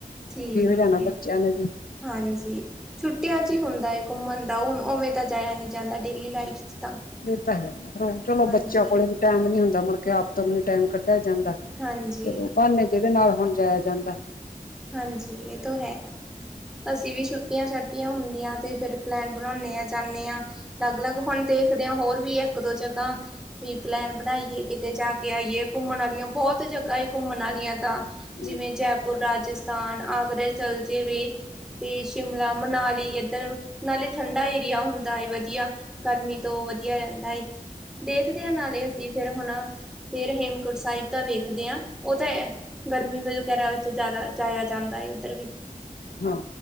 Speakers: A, in the centre; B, on the left (about 85°).
A: ਠੀਕ
B: ਜਾਣਾ
A: ਏ,
B: ਬੱਚਿਆਂ ਨੇ ਵੀ।
A: ਹਾਂਜੀ ਛੁੱਟੀਆਂ ਚ ਹੀ ਹੁੰਦਾ ਏ ਘੁੰਮਣ ਦਾ ਹੁਣ ਉਵੇਂ ਤਾਂ ਜਾਇਆ ਨੀ ਜਾਂਦਾ ਡੇਲੀ ਲਾਈਫ ਤਾਂ।
B: ਇਹ ਤਾਂ ਹੈ ਚਲੋ
A: ਹਾਂਜੀ,
B: ਬੱਚਿਆਂ ਕੋਲੇ ਵੀ ਟਾਈਮ ਨੀ ਹੁੰਦਾ ਮੁੜਕੇ ਆਪ ਤੋਂ ਵੀ ਨੀ ਟਾਈਮ ਕੱ ਢ ਜਾਂਦਾ
A: ਹਾਂਜੀ,
B: ਚਲੋ ਬਹਾਨੇ ਜਿਹਦੇ ਨਾਲ ਹੁਣ ਜਾਇਆ ਜਾਂਦਾ।
A: ਹਾਂਜੀ ਇਹ ਤੋਂ ਹੈ ਅਸੀਂ ਵੀ ਛੁੱਟੀਆਂ ਛਾਟੀਆਂ ਹੁੰਦੀਆਂ ਤੇ ਫਿਰ ਪਲੈਨ ਬਣਾਉਣੇ ਆਂ ਜਾਂਨੇ ਆ ਲੱਗ-ਲੱਗ ਹੁਣ ਦੇਖਦੇ ਆ ਹੋਰ ਵੀ ਇੱਕ ਦੋ ਜਗ੍ਹਾ ਵੀ ਪਲੈਨ ਬਣਾਈਏ ਕਿਤੇ ਜਾ ਕੇ ਆਈਏ ਘੁੰਮਣ ਆਲੀਆਂ ਬਹੁਤ ਜਗ੍ਹਾ ਏ ਘੁੰਮਣ ਆਲੀਆਂ ਤਾਂ। ਜਿਵੇਂ
B: ਹੂੰ
A: ਜੈਪੁਰ, ਰਾਜਸਥਾਨ, ਆਗਰਾ ਚਲ ਜੇਵੇ ਤੇ ਸ਼ਿਮਲਾ, ਮਨਾਲੀ ਏ ਧਰੋ ਨਾਲੇ ਠੰਡਾ ਏਰੀਆ ਹੁੰਦਾ ਏ ਵਧੀਆ ਗਰਮੀ ਤੋਂ ਵਧੀਆ ਰਹਿੰਦਾ ਏ। ਦੇਖਦੇ ਆ ਨਾਲੇ ਅਸੀਂ ਫੇਰ ਹੁਣ ਫੇਰ ਹੇਮਕੁੰਟ ਸਾਹਿਬ ਦਾ ਵੇਖਦੇ ਆ ਉਹ ਤਾਂ ਅਹ ਗਰਮੀ ਵਗੈਰਾ ਵਿੱਚ ਜਿਆਦਾ ਜਾਇਆ ਜਾਂਦਾ ਏ ਉੱਧਰ ਵੀ।
B: ਹਾਂ